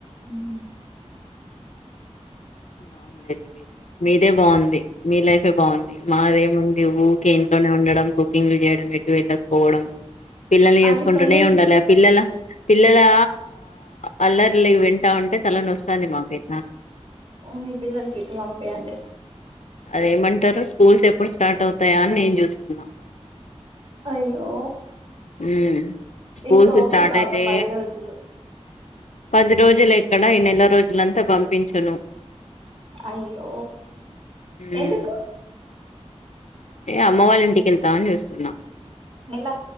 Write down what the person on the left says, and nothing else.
బాగుంది అది మీది మీదే బాగుంది మీ లైఫే బాగుంది మరేమి ఉండి ఊ కె ఇంట్లోని ఉండడం కుకింగ్ లు చేయడం ఎటు వెళ్ళకపోవడం పిల్లని చూసుకుంటూనే
ఉండాలి పిల్లల పిల్ల లా అల్లర్లి వింటా ఉంటే తలన వస్తుంది మాకుైతే
అదేమంటారు స్కూల్స్ ఎప్పుడు స్టార్ట్ అవుతాయా అని నేను చూస్తున్నా
ఉ స్కూల్స్
స్టార్ట్ అయితే
పది రోజులు ఎక్కడ ఈ నెల రోజులంతా పంపించను
ఉమ్
ఏ అమ్మ వాళ్ళ ఇంటికెళ్తామని చూస్తున్నాం